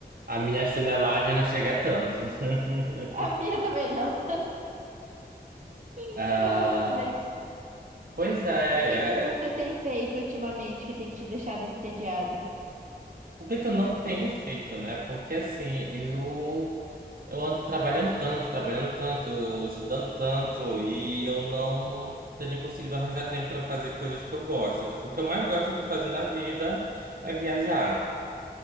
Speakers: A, on the right (about 60°); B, on the right (about 45°).
A: a minha chinelagem não chega a tanto. <laughs>
B: A minha também não.
A: Ah,
B: <laughs> Mas
A: pois é,
B: E o que que você
A: é.
B: tem feito ultimamente que tem te deixado entediado?
A: O que que eu não tenho feito, né? Porque assim, eu eu ando trabalhando tanto, trabalhando tanto, eu estudando tanto e eu não tenho conseguido arranjar tempo para fazer coisas que eu gosto. Tipo, o que eu mais gosto de fazer na vida é viajar.